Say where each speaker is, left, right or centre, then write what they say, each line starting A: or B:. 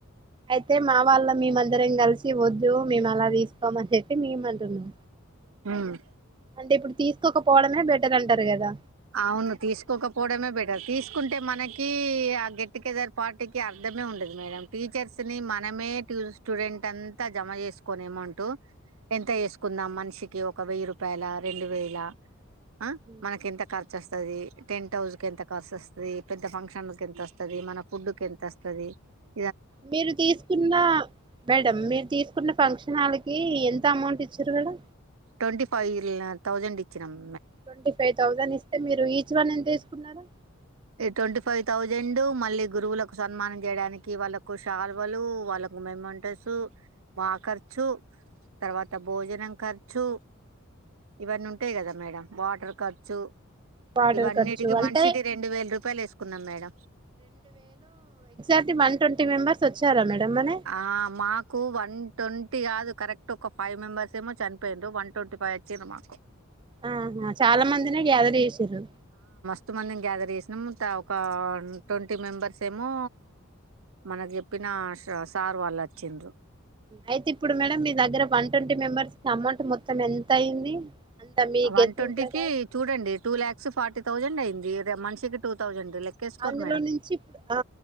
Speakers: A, on the right (about 20°); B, on the right (about 75°).
A: అయితే మా వాళ్ళ మేమందరం కలిసి వద్దు మేము అలా తీ తీసుకోమని చెప్పి మేమంటున్నాం
B: హ్మ్మ్
A: అంటే ఇప్పుడు తీసుకోకపోవడమే బెటర్ అంటారు కదా
B: అవును తీసుకోకపోవడమే బెటర్ తీసుకుంటే మనకి ఆ గెట్టుగెదర్ పార్టీకి అర్ధ మ ఉండదు మేడం టీచర్స్ ని మనమే టూ స్టూడెంట్ అంతా జమ చేసుకోని అమౌంట్ ఎంత వేసుకుందాం మనిషికి ఒక వెయ్యి రూపాయల రెండు వేలా ఆ
A: ఉ
B: మనకి ఎంత ఖర్చుస్తుది టెంట్ హౌస్ క ఎంత ఖర్చుస్తుంది పెద్ద ఫంక్షన్ ఎంత వస్తుది మన ఫుడ్ి ఎంత వస్తుది ది
A: మీరు తీసుకున్న మేడం మీరు తీసుకున్న ఫంక్షన్ హాల్కి ఎ ఎంత అమౌంట్ ఇచ్చిడు వీడు
B: ట్వంటీ ఫైవ్ థౌజండ్ ఇచ్చినామ్
A: ట్వంటీ ఫైవ్ థౌజండ్ ఇస్తే మీరు ఈచ్ వన్ ఎంత వేసుకున్నారు
B: ఈ ట్వంటీ ఫైవ్ ౌజండ్ మళ్ళీ గురువులకు సన్మానం చేయడానికి వాళ్ళకు షాల్వలు వాళ్ళకు ఇంగ మేమంటే సూ మాకర్ చు తర్వాత భోజనం ఖర్చు ఇవన్నీ ఉంటాయి కదా మేడం వాటర్ ఖర్చు
A: వాటర్
B: ఇవన్నిటికిీ
A: ఖర్చు అంటే
B: మనిషికి వేయి రూపాయలు వేసుకున్నాం మేడం
A: మ వన్ట్ంటీ మెంబర్స్ వచ్చారా మేడం మరి
B: ఆ మాకు వన్ ట్వన్ కాదు కరెక్ట్ ఒక ఫైవ్ మెంబర్స్ ఏమో చనిపోయిరు వన్ ట్వంటీ ఫైవ్ ఏమో వచ్చిరు మాకు
A: ఆహా చాలా మందిిన గ్యాదర్ చేసిరు
B: కొంత మందిని గ్యాదర్ చేసినం ఒక ట్వంటీ మెంబర్స్ ఏమో మనకు జెప్పినా షార్ సార్ వాళ్ళు అచ్చిండ్రు
A: అయితే ఇప్పుడు మేడం మీ దగ్గర వన్ ట్వంటీ మెంబర్స్ అమౌంట్ మొత్తం ఎంత అయింది అంత మీ
B: వన్
A: గెస్సింగ్
B: ట్వంటీ
A: ప్రకారం
B: కి చూడండి టూ ల్యాక్స్ ఫార్టీ థౌజండ్ అయింది మంత్స్ కి టూ థౌజండ్ లెక్కేసుకోరు
A: అందులో
B: మేడం
A: నుంచి ఆ